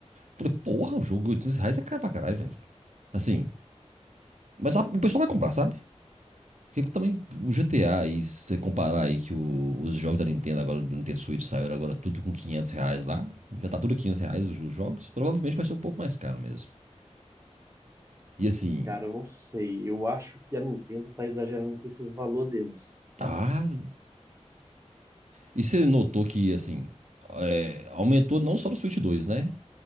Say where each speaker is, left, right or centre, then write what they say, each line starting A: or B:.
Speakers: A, on the right; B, on the right.
A: Eu falei, porra, o jogo de 800 reais é caro pra caralho, velho. Assim, mas a- o pessoal vai comprar, sabe? Porque também o GTA aí, se você comparar aí que o- os jogos da Nintendo agora, do Nintendo Switch, saíram agora tudo com 500 reais lá. Já tá tudo 500 reais os, os jogos. Provavelmente vai ser um pouco mais caro mesmo. E assim,
B: Cara, eu não sei. Eu acho que a Nintendo tá exagerando com esses valores deles.
A: tá... E você notou que, assim, é, aumentou não só no Switch dois né?